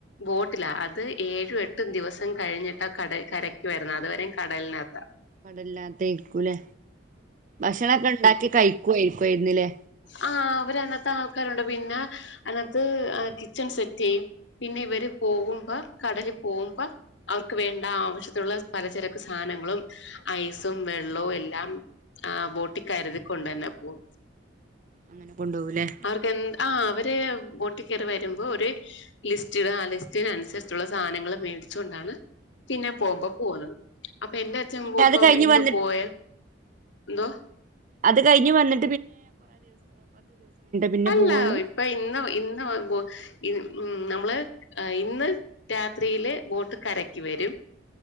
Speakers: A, on the left (about 70°); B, on the right (about 40°).
A: ബോട്ടില അത് ഏഴും എട്ടും ദിവസ കഴിഞ്ഞിട്ടാ കട കരക്ക് വരുന്നത് അതുവരേം കടലിനകത്താ
B: കടല്ലാത്തേരിക്കൂലേ ഭക്ഷണക്കെ ഇണ്ടാക്കി കഴിക്കോയിരിക്ക ന്നിലെ
A: ആ അവര് അന്നത്തെ ആൾക്കാരുണ്ട് പിന്നെ അന്ന അത് ആ കിച്ചൺ സെറ്റ് ചെയ്യും പിന്നെ ഇവര് പോവുമ്പ കടലിൽ പോവുമ്പ അവർക്ക് വേണ്ട ആവശ്യത്തിനുള്ള പലചരക്ക് സാധനങ്ങളും ഐസും വെള്ളവും എല്ലാം ആ ബോട്ടി കരുതി കൊണ്ട് തന്നാ പോവ
B: അങ്ങനെ കൊണ്ടുപോകൂല്ലേ
A: അവർക്കെൻ ആ അവ <unintelligible> ബോട്ടി കേറി വരുമ്പോ ഒരു ലിസ്റ്റ് ഇട ആ ലിസ്റ്റിനനുസരിച്ചുള്ള സാനങ്ങള് മേടിച്ചോണ്ടാണ് പിന്നെ പോക്കോ പോവുന്നത് അപ്പ എന്റെ അച്ഛൻ
B: പിന്നെ
A: കു
B: അത്
A: <unintelligible>
B: കഴിഞ്ഞ്
A: ഇന്ന്
B: വന്നിട്ട്
A: പോയ എന്തോ
B: അത് കഴിഞ്ഞ് വന്നി പിന്നെ
A: അല്ല
B: പോവുള്ളൂ
A: ഇപ്പ ഇന്ന് ഇന്ന് <unintelligible> ഉം നമ്മള് ഇന്ന് രാത്രിയില് ബോട്ട് കരയ്ക്ക് വരും